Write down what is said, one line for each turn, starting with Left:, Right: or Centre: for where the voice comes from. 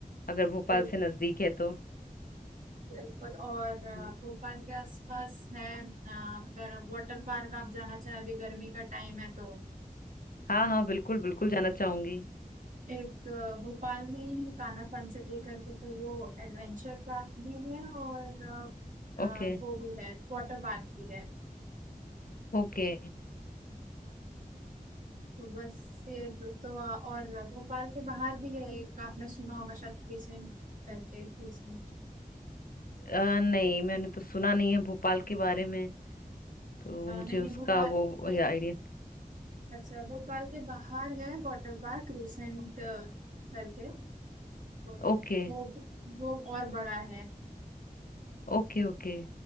Left: अगर भोपाल
Right: बिल्कुल
Left: से नजदीक है तो
Right: बिल्कुल और अ,
Left: जी
Right: भोपाल के आसपास है अ, अगर वाटर पार्क आप जाना चाहे अभी गर्मी का टाइम है तो
Left: हाँ हाँ बिल्कुल बिल्कुल जाना चाहूंगी
Right: एक अ, भोपाल में ही कान्हा फनसिटी करके तो वो एडवेंचर पार्क भी है और अ, अ,
Left: Okay
Right: वो भी है वाटर पार्क भी है
Left: okay
Right: बस ये तो, तो आ- और भोपाल के बाहर भी है एक आपने सुना होगा शायद क्रिसेंट करके क्रिसेंट
Left: अ, नहीं मैंने तो सुना नहीं है भोपाल के बारे में तो
Right: अ,
Left: मुझे
Right: नहीं
Left: उसका
Right: नहीं भोपाल
Left: वो
Right: के
Left: आइडिया
Right: अच्छा भोपाल के बाहर है वाटर पार्क क्रिसेंट करके तो
Left: ओके
Right: वो वो और बड़ा है
Left: Okay okay